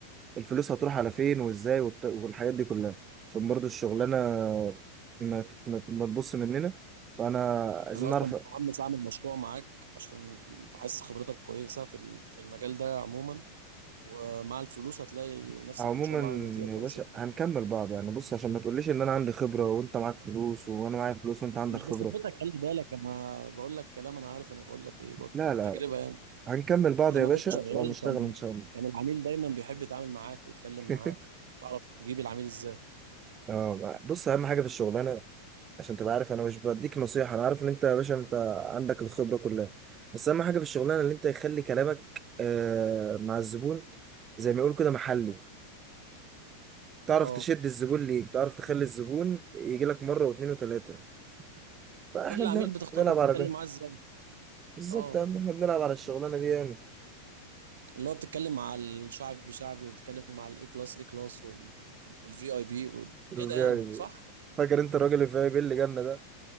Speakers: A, on the right; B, on the right.
A: الفلوس هتروح على فين وازاي والط- والحاجات دي كلها عشان برضو الشغلانه ما ت- ما ت- ما تبص مننا فانا عايزين
B: انا
A: نعرف
B: اصلا متحمس اعمل مشروع معاك عشان بحس خبرتك كويسه في ال- في المجال ده عموما ومع الفلوس هتلاقي نفسك
A: عموما
B: ان شاء الله عامل نتيجه كويسه
A: يا باشا هنكمل بعض يعني بص عشان ما تقوليش ان انا عندي خبره وانت معاك فلوس وانا معايا فلوس وانت عندك
B: مش
A: خبره
B: بثبتك خلي بالك انا بقول لك كلام انا عارف انا بقول لك ايه برضه
A: لا لا
B: عن تجربه
A: لا.
B: يعني
A: هنكمل بعض
B: لما
A: يا باشا
B: كنت شغال
A: وهنشتغل
B: كان
A: ان شاء الله
B: كان العميل دايما بيحب يتعامل معاك ويتكلم
A: <laughs>
B: معاك تعرف تجيب العميل ازاي
A: اه بص اهم حاجه في الشغلانه عشان تبقى عارف انا مش بديك نصيحة انا عارف ان انت يا باشا انت عندك الخبرة كلها بس اهم حاجة في الشغلانة ان انت يخلي كلامك آه مع الزبون زي ما يقولوا كده محلي تعرف
B: اه
A: تشد الزبون ليك تعرف تخلي الزبون يجي لك مرة واثنين وثلاثة فاحنا
B: كل
A: بنلعب
B: عميل بتختار
A: بنلعب
B: برضه
A: على
B: تتكلم
A: ده
B: معاه ازاي
A: بالظبط
B: اه
A: يا عم احنا بنلعب على الشغلانة دي يعني
B: اللي هو بتتكلم مع الشعبي شعبي وبتتكلم مع الاي كلاس اي كلاس والفي اي بي
A: يعني
B: كده يعني صح
A: فاكر انت الراجل اللي في اي بي اللي جالنا ده